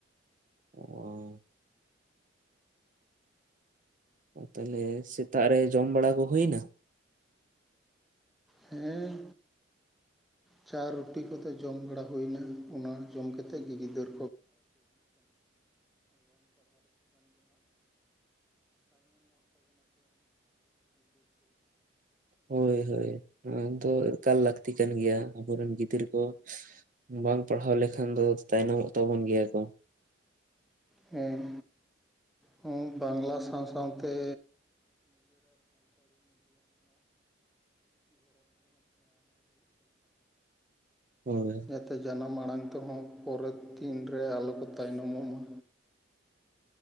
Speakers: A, on the right (about 40°); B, in the centre.
A: ᱚᱻ ᱚ ᱛᱟᱦᱮᱞᱮ ᱥᱮᱛᱟᱜ ᱨᱮ ᱡᱚᱢ ᱵᱟᱲᱟ ᱠᱚ ᱦᱩᱭᱱᱟ
B: ᱦᱮᱸ ᱪᱟ ᱨᱩᱴᱤ ᱠᱚᱫᱚ ᱡᱚᱢ ᱵᱟᱲᱟ ᱦᱳᱭ ᱱᱟ ᱚᱱᱟ ᱡᱚᱢ ᱠᱟᱛᱮᱛ ᱜᱮ ᱜᱤᱫᱟᱹᱨ
A: ᱦᱳᱭ ᱦᱳᱭ ᱱᱚᱶᱟ ᱫᱚ ᱮᱠᱟᱞ ᱞᱟᱹᱠᱛᱤ ᱠᱟᱱ ᱜᱤᱭᱟ ᱟᱵᱚᱨᱮᱱ ᱜᱤᱫᱟᱹᱨᱟ ᱠᱚ ᱵᱟᱝ ᱯᱟᱲᱦᱟᱣ ᱞᱮᱠ ᱵᱟᱠᱷᱟᱱ ᱫᱚ ᱛᱟᱭᱱᱚᱢᱚᱜ ᱛᱟᱵᱚᱱ ᱜᱤᱭᱟ ᱠᱚ
B: ᱦᱮᱸ ᱦᱩ ᱵᱟᱝᱞᱟ ᱥᱟᱶ ᱥᱟᱶᱛᱮ
A: ᱦᱳᱭ
B: ᱡᱟᱛᱮ ᱡᱟᱱᱟᱢ ᱟᱲᱟᱝ ᱛᱮᱦᱚᱸ ᱯᱚᱨᱮᱨ ᱫᱤᱱ ᱨᱮ ᱟᱞᱚ ᱠᱚ ᱛᱟᱭᱱᱚᱢᱚᱜᱢᱟ